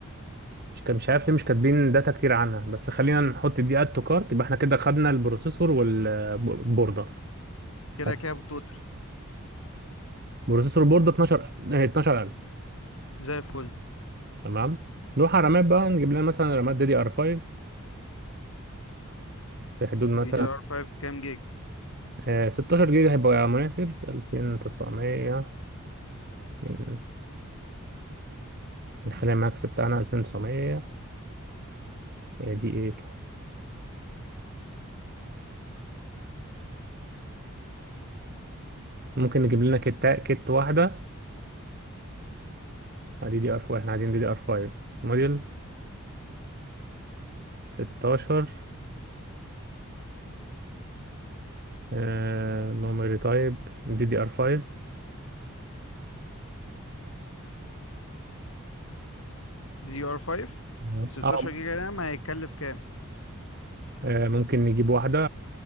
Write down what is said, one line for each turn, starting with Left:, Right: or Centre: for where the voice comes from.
Right: مش كان مش عارف ليه مش كاتبين داتا كتير عنها بس خلينا نحط دي اد تو كارت يبقى احنا كده خدنا البروسيسور والبوردة
Left: كده
Right: طب
Left: كام التوتال
Right: بروسيسور بوردة 12 آه، 12000
Left: زي الفل
Right: تمام نروح على الرامات بقى نجيب لنا مثلا رامات دي دي ار 5 في حدود مثلا
Left: دي دي ار 5 كام جيج
Right: آه، 16 جيجا هيبقى مناسب 2900 من من خلال الماكس بتاعنا 2900 هي دي ايه ممكن نجيب لنا كت كت واحدة دي دي ار 4 احنا عايزين دي دي ار 5 موديل 16 آه، ميموري تايب دي دي ار 5
Left: دي ار 5
Right: تمام.
Left: 16
Right: اه
Left: جيجا رام هيكلف كام
Right: آه، ممكن نجيب واحدة